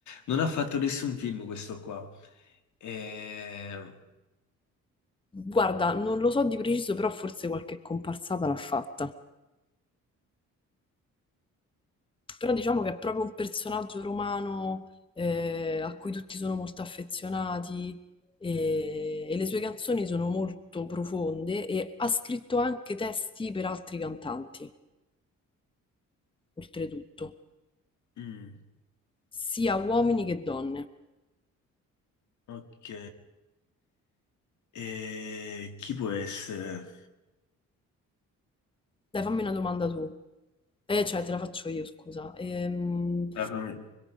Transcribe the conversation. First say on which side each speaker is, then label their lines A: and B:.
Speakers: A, on the left; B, on the left.
A: non ha fatto nessun film questo qua. Ehm,
B: Guarda, non lo so di preciso, però forse qualche comparsata l'ha fatta. Però diciamo che è proprio un personaggio romano eh, a cui tutti sono molto affezionati e, e le sue canzoni sono molto profonde e ha scritto anche testi per altri cantanti, oltretutto,
A: mm,
B: sia uomini che donne.
A: ok, Eh, chi può essere?
B: Dai, fammi una domanda tu. Eh, cioè, te la faccio io, scusa. Ehm,
A: Ah, fammi-